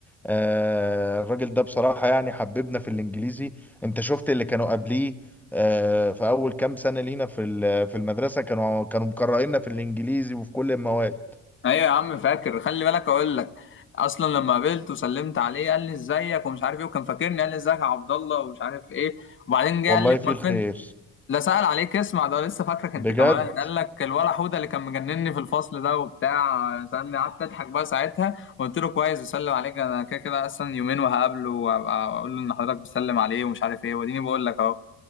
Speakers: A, in the centre; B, on the left.
A: آه، الراجل ده بصراحه يعني حببنا في الانجليزي انت شفت اللي كانوا قبليه آه، في اول كام سنه لينا في ال- في المدرسه كانوا كانوا مكرهيننا في الانجليزي وفي كل المواد
B: ايوه يا عم فاكر خلي بالك اقول لك اصلا لما قابلت وسلمت عليه قال لي ازيك ومش عارف ايه وكان فاكرني قال لي ازيك يا عبد الله ومش عارف ايه وبعدين جه
A: والله
B: قال لي
A: فيه
B: امال
A: الخير
B: فين لا سأل عليك اسمع ده لسه فاكرك
A: بجد
B: انت كمان قال لك الولا حوده اللي كان مجنني في الفصل ده وبتاع سألني قعدت اضحك بقى ساعتها وقلت له كويس بسلم عليك انا كده كده اصلا يومين وهقابله وابقى اقول له ان حضرتك بتسلم عليه ومش عارف ايه واديني بقول لك اهو